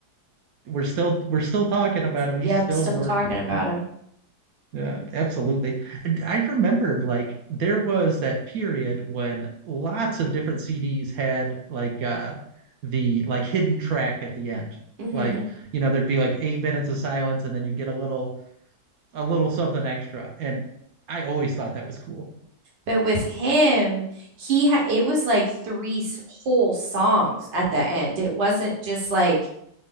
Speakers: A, on the right; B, on the right.
A: we're still we're still talking about him.
B: Yep.
A: He's still
B: Still
A: working.
B: talking about
A: Yeah.
B: him.
A: Yeah, absolutely. And I remember like there was that period when lots of different CDs had like uh the like hidden track at the end.
B: hmm
A: Like, you know, there'd be like eight minutes of silence and then you get a little a little something extra. And I always thought that was cool.
B: But with him, he ha- it was like three s- whole songs at the end. It wasn't just like,